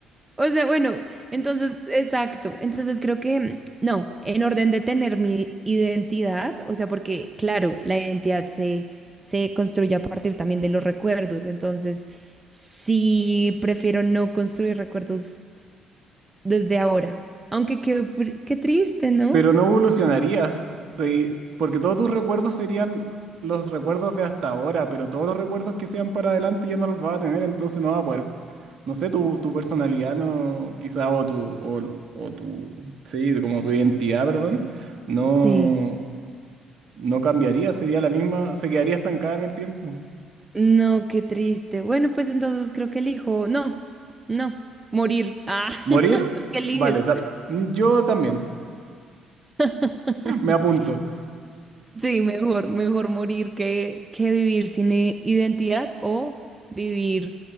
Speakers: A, on the right; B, on the right.
A: O sea, bueno, entonces, exacto. Entonces creo que, mm, no, en orden de tener mi identidad, o sea, porque, claro, la identidad se, se construye a partir también de los recuerdos. Entonces, sí, prefiero no construir recuerdos desde ahora. Aunque qué, fr- qué triste, ¿no?
B: Pero no evolucionarías, segui- porque todos tus recuerdos serían los recuerdos de hasta ahora, pero todos los recuerdos que sean para adelante ya no los vas a tener, entonces no vas a poder, no sé, tu, tu personalidad no, quizá, o tu, o, o tu, sí, como tu identidad, perdón, no,
A: Sí.
B: no cambiaría, sería la misma, se quedaría estancada en el tiempo.
A: No, qué triste. Bueno, pues entonces creo que elijo. No, no, morir. Ah,
B: ¿Morir?
A: <laughs> ¿tú qué eliges?
B: Vale, ta- yo también.
A: <laughs>
B: Me apunto.
A: Sí, mejor, mejor morir que, que vivir sin i- identidad o vivir